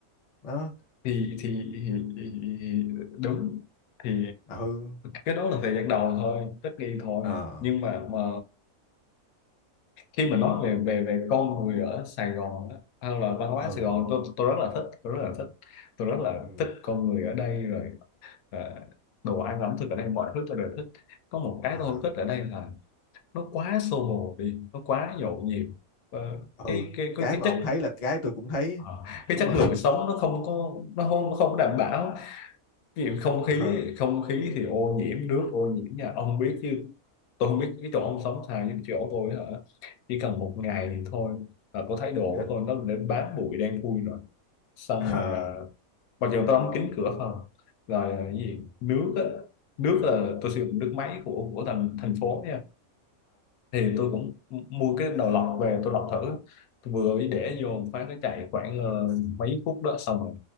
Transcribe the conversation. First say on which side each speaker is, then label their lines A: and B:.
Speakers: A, on the left; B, on the left.
A: nó
B: thì, thì, thì, thì đúng thì
A: ừ
B: cái đó là thời gian đầu thôi tất nghi thôi
A: ờ
B: nhưng mà mà khi mà nói về về về con người ở Sài Gòn á, hay là văn hóa
A: ừ
B: Sài Gòn tôi tôi rất là thích tôi rất là thích tôi rất là
A: ừ
B: thích con người ở đây rồi ờ, đồ ăn ẩm thực ở đây mọi thứ tôi đều thích có một cái
A: ờ,
B: tôi không thích ở đây là nó quá xô bồ đi nó quá nhộn nhịp Ờ,
A: ừ
B: cái cái cái
A: cái
B: cái
A: mà
B: chất
A: ông thấy là cái tôi cũng thấy
B: ờ, cái
A: đúng
B: chất
A: rồi
B: lượng sống nó không có nó không nó không đảm bảo ví dụ không
A: <laughs>
B: khí
A: ờ
B: không khí thì ô nhiễm nước ô nhiễm nha ông biết chứ tôi không biết cái chỗ ông sống sao với cái chỗ tôi hả chỉ cần một ngày thì thôi là tôi thấy đồ
A: ờ
B: của tôi nó đến bám bụi đen thui rồi xong
A: ờ
B: rồi à, mặc dù tôi đóng kín cửa phòng rồi à,
A: ừ,
B: cái gì nước á nước là tôi sử dụng nước máy của của thành thành phố nha thì tôi cũng mua cái đầu lọc về tôi lọc thử tôi vừa mới để
A: ờ
B: vô một phát nó chạy khoảng ờ, mấy phút đó xong rồi